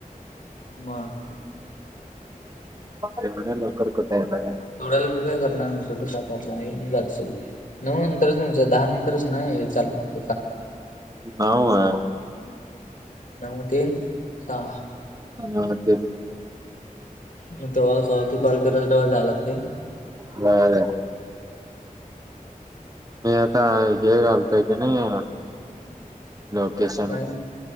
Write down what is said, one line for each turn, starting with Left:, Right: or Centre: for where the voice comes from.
Left: म...
Right: एवढ्या लवकर कुठे येत आहेत..
Left: थोड्याला बघ काय करणार स सातातला आहे जातल.. नऊ नंतरच तमचं दहा नंतरच नाही चालत...
Right: हऊ आहे...
Left: नऊ ते सहा...
Right: ह ते....
Left: मग तेव्हा त कॉल कराल तेव्हा जायला लागते...
Right: बर... मी आता हे घालतोय की नाही... लोकेशन
Left: काय